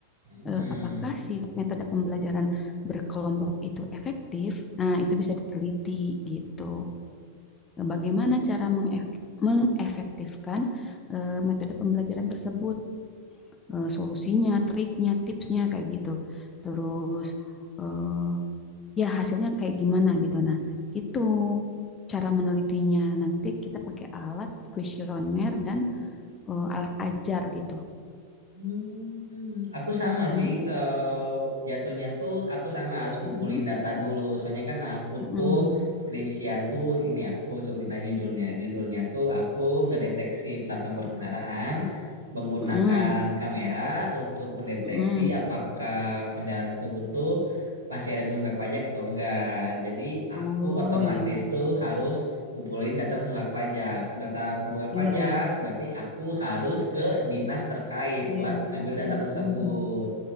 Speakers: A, on the right; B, on the left.
A: Mm-mm.
B: Eh, apakah si metode pembelajaran berkelompok itu efektif? Nah, itu bisa diteliti gitu. Bagaimana cara mengef- mengefektifkan eh, metode pembelajaran tersebut? eh, solusinya, triknya, tipsnya kayak gitu. Terus eh, ya hasilnya kayak gimana gitu. Nah, itu cara menelitinya. Nanti kita pakai alat kuesioner dan eh, alat ajar gitu.
A: Hmm, aku sama
B: Mm,
A: sih eh, jatuhnya tuh aku sama harus ngumpulin
B: mm,
A: data dulu. Soalnya kan aku
B: mm,
A: tuh skripsian tuh ini aku sebutin aja judulnya. Judulnya tuh aku ngedeteksi plat nomor kendaraan menggunakan
B: mm, mm,
A: kamera untuk mendeteksi
B: mm.
A: apakah kendaraan tersebut tuh masih ada nunggak pajak atau enggak. Jadi aku
B: Oh
A: otomatis
B: iya,
A: tuh harus ngumpulin data penunggak pajak. Data penunggak
B: iya,
A: pajak berarti aku harus ke dinas terkait
B: iya,
A: buat ngambil
B: langsung.
A: data tersebut.
B: Mm.